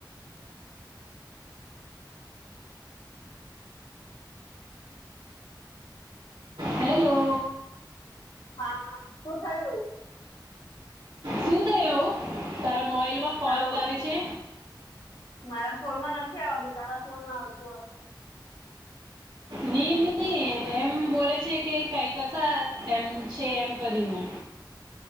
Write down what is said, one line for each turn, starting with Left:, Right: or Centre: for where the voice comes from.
Right: હેલો
Left: હા હા શું થયું
Right: શું થય એવુ તારા મોબાઈલમાં કોલ
Left: તારો
Right: આવે છે
Left: મારા ફોનમાં નથી આવતું તારા ફોન માં આવતું હશે
Right: નઈ નહી એમ બોલે છે કે કઈ કસા એમ છે એમ કરીને